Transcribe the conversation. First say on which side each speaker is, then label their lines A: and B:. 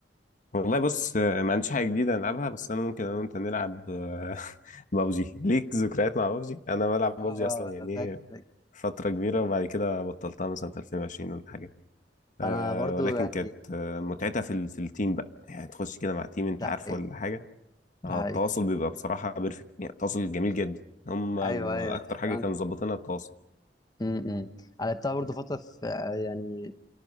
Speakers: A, on the left; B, on the left.
A: والله بص آه، ما عنديش حاجه جديده العبها بس انا ممكن انا وانت نلعب آه، <laughs> بابجي ليك ذكريات مع بابجي انا بلعب بابجي
B: اه
A: اصلا يعني
B: آه، فاكر فاكر
A: فترة كبيرة وبعد كده بطلتها مثلا في 2020 ولا حاجة آه
B: انا برضو
A: ولكن
B: يعني
A: كانت آه متعتها في ال... في التيم بقى يعني تخش كده مع تيم انت
B: ده
A: عارفه
B: حقيقي
A: ولا حاجة
B: ده
A: آه
B: حقيقي
A: التواصل بيبقى بصراحة بيرفكت يعني التواصل جميل جدا هم
B: ايوه ايوه
A: أكتر
B: هي فعلا
A: حاجة كانوا مظبطينها التواصل
B: امم انا لعبتها برضه فتره في آه، يعني